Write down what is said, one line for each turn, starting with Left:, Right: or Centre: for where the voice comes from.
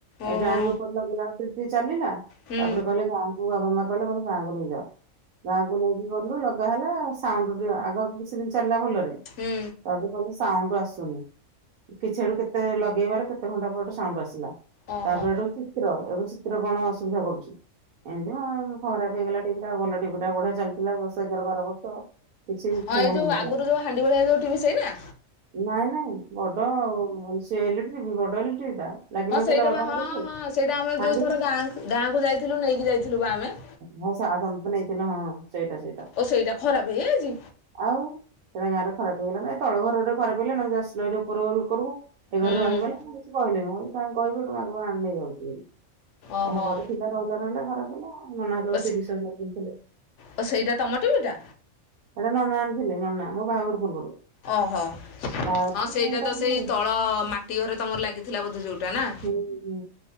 Right: ଏଠି
Left: ଓହୋ
Right: ଆଣିବି ଉପରେ ଲଗେଇଲା ବେଳକୁ ଟିକେ ଚାଲିଲା
Left: ହୁଁ
Right: ତାପରେ କହିଲେ ଗାଁକୁ ବାବା ମା କଲେ ଗଲେ ଗାଁକୁ ନେଇଯାଅ ଗାଁକୁ ନେଇ ଗଲୁ ଲଗା ହେଲା ସାଉଣ୍ଡ ଟିକେ ଆଗ କିଛି ଦିନ ଚାଲିଲା ଭଲ
Left: ହୁଁ।
Right: ତାପରେ କହିଲେ ସାଉଣ୍ଡ ଆସୁନି। କିଛିଆଡୁ କେତେ ଲଗେଇବାର କେତେ ଘଣ୍ଟା ପରେ ସାଉଣ୍ଡ ଆସିଲା।
Left: ଓହୋ
Right: ତାପରେ ହେଠୁ ଚିତ୍ର ଏବେ ଚିତ୍ର ରେ କଣ ଅସୁବିଧା କରୁଛି ଏମତି ଖରାପ ହେଇଗଲା ଟିଭି ଟା ଭଲ ଟିଭି ଟା ବଢିଆ ଚାଲି ଥିଲା ଦଶ ଏଗାର ବାର ବର୍ଷ।
Left: ହଁ
Right: ଫୁଁ
Left: ଏଇ
Right: ହେଇନଥିଲା
Left: ଯୋଉ ଆଗରୁ ଯୋଉ ହାଣ୍ଡି ଭଳିଆ ଯୋଉ ସେଇଟା।
Right: ନାଇଁ ନାଇଁ ବଡ ସେ ଇଲେକ୍ଟ୍ରି ବି ବଡ ଇଲେକ୍ଟ୍ରି ଟା। ଲାଗିନଥିଲା
Left: ହଁ ସେଇଟା
Right: ବାବାଙ୍କ
Left: ବା ହଁ
Right: ରୁମ ରେ
Left: ହଁ ସେଇଟା ଆମେ
Right: ହାଣ୍ଡି
Left: ଯୋଉ ଥର ଗାଁ ଗାଁକୁ ଯାଇଥିଲୁ ନେଇକି ଯାଇଥିଲୁ ବା ଆମେ।
Right: ହଁ ସେ ଆଉ ଗୋଟେ କଣ ନେଇଥିଲା ହଁ ସେଇଟା ସେଇଟା।
Left: ଓ ଖରାପ ହେଇଯାଇଛି
Right: ଆଉ ସେଟା ଗାଁ ରେ ଖରାପ ହେଲା ନାଇଁ ତଳ ଘରେ ଖରାପ ହେ ନାଇ ଚା ଆସିଲା ଉପର ଏ କରିବୁ। ଏ
Left: ହୁଁ
Right: ଘରେ ରହିଗଲା ମୁଁ କିଛି କହିଲି ନି ଆଉ କଣ କହିବି ଏଟୁ ମା କ ପା ନେଇଯାଉଛି ବୋଲି।
Left: ଓହୋ।
Right: ଆ ବଡ ଥିଲା ରହିଲା ରହିଲା ଖରାପ ଭଲ ଆଉ। ନନା ତାକୁ
Left: ଓ ସେ
Right: ତିରିଶ ହଜାରରେ କିଣିଥିଲେ।
Left: ଓ ସେଇଟା ତମ ଟିଭିଟା?
Right: ଏଟା ନନା ଆଣିଥିଲେ ନନା ମୋ ବାହାଘର ପୂର୍ବରୁ।
Left: ଓହୋ। ହଁ
Right: ବାହାଘର ପରେ
Left: ସେଇଟା
Right: ମୁଁ
Left: ତ
Right: ଆଣିଥିଲି।
Left: ସେଇ ତଳ ମାଟି ଘରେ ତମର ଲାଗିଥିଲା ବୋଧେ ଯୋଉଟା ନା?
Right: ହୁଁ ହୁଁ।